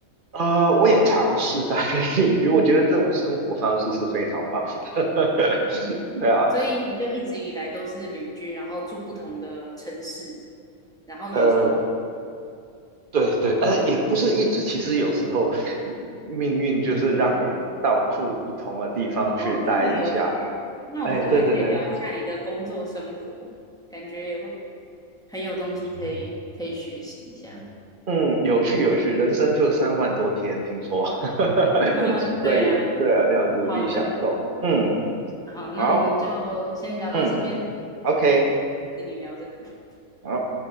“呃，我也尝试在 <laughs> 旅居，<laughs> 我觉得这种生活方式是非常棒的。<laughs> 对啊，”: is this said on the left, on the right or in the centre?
Right